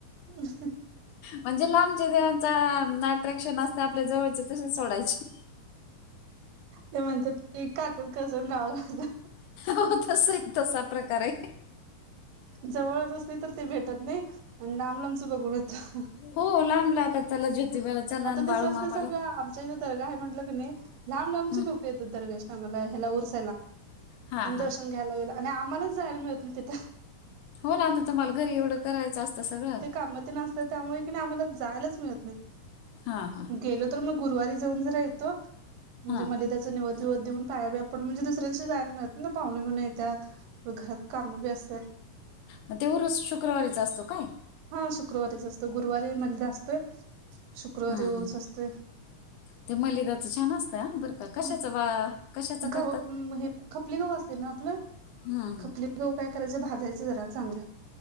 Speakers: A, on the right; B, on the left.
A: अं, हु.
B: म्हणजे लांबच्या देवांचा अट्रॅक्शन असते, आपल्या जवळचे तशेच सोडायचे
A: ते म्हणता कि काखेत कळंस अन् गावाला वळंस
B: हो तसंये तसा प्रकार आहे.
A: जवळच असते तर ते भेटत नाही, आणि लांब- लांबच बघून होतं.
B: हो लांब ला आता चला ज्योतिबाला चला
A: आता
B: अन् बाळू
A: कसं असते
B: मामाला
A: सांगा आमच्या इथं दर्गा आहे म्हटलं क नाही, लांब लांबचे
B: हम्म
A: लोक येतात दर्गाचे टाइमला ह्याला उरसायला.
B: हा हा
A: दर्शन घ्यायला वेळेला आणि आम्हालाच जायला मिळत नाही तिथं.
B: हो ना आता तुम्हाला घरी एवढं करायचं असतं सगळं.
A: कामतून आसं त्यामुळे की नई आम्हाला जायलाचं मिळत नाही.
B: हा -हा.
A: गेलो तर मग गुरुवारी जाऊन जरा येतो, म्हणजे
B: हा
A: मलिदाचा निवद विवद देऊन पाया बिया पण म्हणजे दुसऱ्या दिवशी जायला मिळत नाही ना, पावने- बिवने येत्यात परत घरात कामं बी असत्यात.
B: म ते उरूस शुक्रवारीच असतो काय?
A: हा शुक्रवारीच असतो, गुरुवारी मलिदा असतोय शुक्रवारी
B: हम्म हम्म.
A: उरूस असतोय.
B: ते मलिदाच छान असतं आ बरं का कशाचं
A: हम,
B: बा कशाचं करतात
A: गहु हे खपली गहू असते ना आपलं
B: हम्म
A: खपली गऊ काय करायचं, भाजयचं जरा चांगलं.